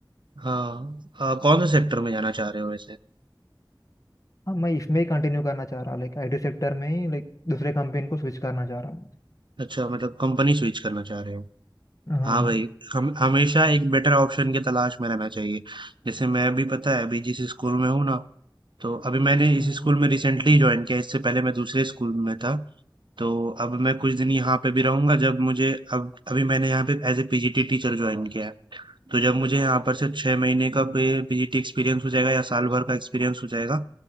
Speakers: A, on the right; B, on the left.
A: हाँ, आ, कौन से सेक्टर में जाना चाह रहे हो वैसे?
B: हाँ मैं इसमें ही कंटिन्यू करना चाह रहा लाइक आईटी सेक्टर में ही लाइक दूसरे कंपनी को स्विच करना चाह रहा हूँ
A: अच्छा मतलब कंपनी स्विच करना चाह रहे हो
B: हाँ
A: हाँ भाई हम हमेशा एक बेटर ऑप्शन की तलाश में रहना चाहिए जैसे मैं भी पता है अभी जिस स्कूल में हूँ ना तो अभी मैंने इस
B: हम्म,
A: स्कूल में रिसेंटली ज्वाइन किया इससे पहले मैं दूसरे स्कूल में था तो अब मैं कुछ दिन यहाँ पे भी रहूंगा जब मुझे अब अभी मैंने यहाँ पे as a PGT teacher join किया है तो जब मुझे यहाँ पर से छह महीने का पीजीटी एक्सपीरियंस हो जाएगा या साल भर का एक्सपीरियंस हो जाएगा